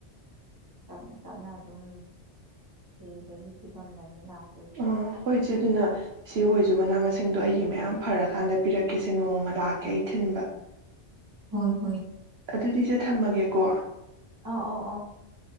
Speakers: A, on the right; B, on the right.
A: ꯇꯞꯅ ꯇꯞꯅ ꯑꯗꯨꯝ ꯁꯤꯕꯒꯤ ꯐꯤꯕꯝꯗꯅꯤ ꯂꯥꯛ
B: ꯎꯝ ꯍꯣꯏ ꯏꯆꯦ ꯑꯗꯨꯅ ꯏꯆꯦ ꯍꯣꯏꯁꯨ ꯃꯅꯥ ꯃꯁꯤꯡ ꯁꯤꯡꯗꯣ ꯑꯩꯒꯤ ꯃꯌꯥꯝ ꯐꯔꯀꯥꯟꯗ ꯄꯤꯔꯛꯀꯦꯁꯦ ꯅꯣꯡꯃ ꯂꯥꯛꯀꯦ ꯑꯩ ꯊꯤꯟꯕ
A: ꯍꯣꯏ ꯍꯣꯏ
B: ꯑꯗꯨꯗꯤ ꯏꯆꯦ ꯊꯝꯃꯒꯦꯀꯣ
A: ꯑꯧ ꯑꯧ ꯑꯧ